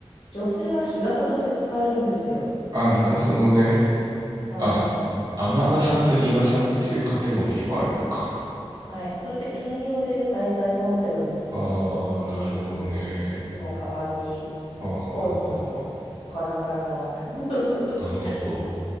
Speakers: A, on the left; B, on the right.
A: 女性は日傘として使えるんですよ。
B: あ、なるほどね。
A: はい。
B: あ、雨傘と日傘っていうカテゴリーもあるのか。
A: はい、それで兼用で大体持ってるんですよ。
B: ああ、
A: 私、
B: なるほどね。
A: あの、いつもカバンに
B: はあはあは
A: コーチのお花柄の <laughs>
B: なるほど。